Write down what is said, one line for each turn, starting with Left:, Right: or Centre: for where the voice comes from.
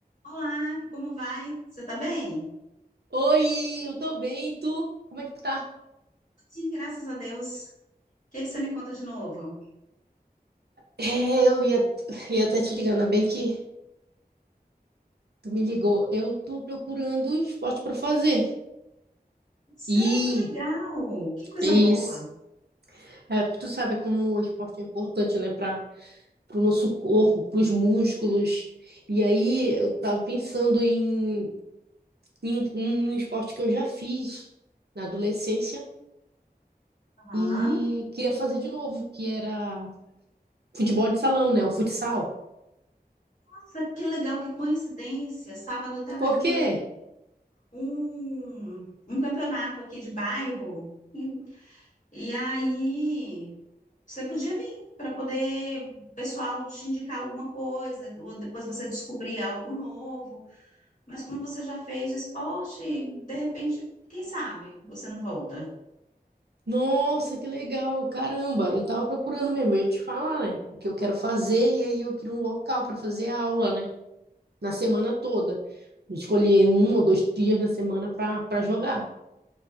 Left: Olá, como vai? Você tá bem?
Right: Oi, eu tô bem, e tu? Como é que tu tá?
Left: Sim, graças a Deus. O que é que você me conta de novo?
Right: É, eu ia, ia até te ligando, ainda bem que tu me ligou. Eu tô procurando um esporte pra fazer.
Left: Sério,
Right: E
Left: que legal! Que coisa
Right: é isso.
Left: boa!
Right: É, porque tu sabe como o esporte é importante, né, para pro nosso corpo, pros músculos. E aí eu tava pensando em, em um, um esporte que eu já fiz na adolescência
Left: Aham.
Right: e queria fazer de novo, que era futebol de salão, né, o futsal.
Left: Nossa, que legal, que coincidência! Sábado até vai
Right: Por
Left: ter
Right: quê?
Left: um, um campeonato aqui de bairro. E, e aí, você podia vir para poder o pessoal te indicar alguma coisa, ou depois você descobrir algo novo. Mas como você já fez o esporte, de repente, quem sabe você não volta.
Right: Nossa, que legal! Caramba, eu tava procurando mesmo, eu ia te falar, né? O que eu quero fazer, e aí eu queria um local para fazer aula, né? Na semana toda. Escolher um ou dois dias na semana para para jogar.